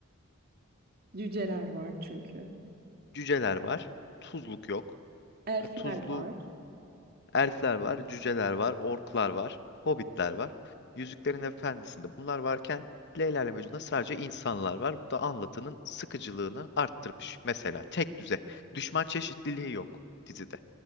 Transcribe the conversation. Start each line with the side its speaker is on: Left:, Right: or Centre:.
Right: Cüceler var çünkü.
Left: Cüceler var, tuzluk yok.
Right: Elfler
Left: E, Tuzlu
Right: var.
Left: elfler var, cüceler var, orklar var, hobbitler var. Yüzüklerin Efendisi'nde bunlar varken Leyla ile Mecnun'da sadece insanlar var. Bu da anlatının sıkıcılığını arttırmış. Mesela tek düze. Düşman çeşitliliği yok dizide.